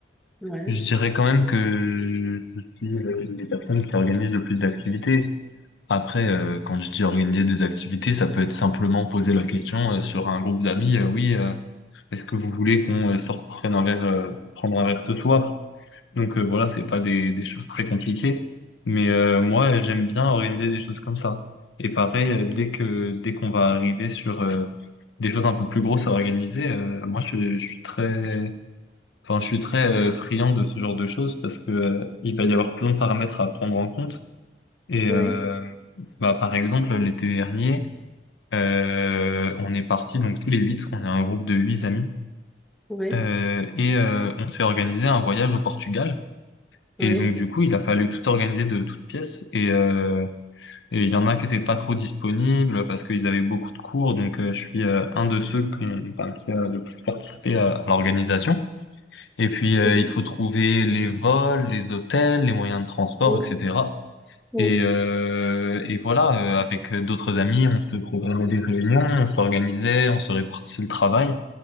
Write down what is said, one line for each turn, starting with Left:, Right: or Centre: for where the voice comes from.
Centre: Ouais,
Left: je dirais quand même que je suis euh, une des personnes qui organise le plus d'activités. Après, euh, quand je dis organiser des activités, ça peut être simplement poser la question euh, sur un groupe d'amis, euh, oui. euh, est-ce que vous voulez qu'on euh, sorte prenne un verre, euh, prendre un verre ce soir? Donc euh, voilà, c'est pas des, des choses très compliquées. Mais euh, moi, j'aime bien organiser des choses comme ça. Et pareil, euh, dès que dès qu'on va arriver sur euh, des choses un peu plus grosses à organiser, euh, moi je, je suis très, enfin je suis très euh, friand de ce genre de choses parce que euh, il va y avoir plein de paramètres à prendre en compte. Et
Centre: oui,
Left: euh, bah par exemple l'été dernier, euh, on est parti donc tous les huit, on est un groupe de huit amis
Centre: oui,
Left: euh, et euh, on s'est organisé un voyage au Portugal.
Centre: oui.
Left: Et donc, du coup, il a fallu tout organiser de toutes pièces. Et euh, et il y en a qui étaient pas trop disponibles parce qu'ils avaient beaucoup de cours. Donc, euh, je suis euh, un de ceux qui, ont- enfin, qui a le plus participé à, à l'organisation. Et puis, euh,
Centre: Mhm,
Left: il faut trouver les vols, les hôtels, les moyens de transport,
Centre: mhm,
Left: etc.
Centre: mhm,
Left: Et, euh, et voilà, euh, avec d'autres amis, on se programmait des réunions, on s'organisait, on se répartissait le travail.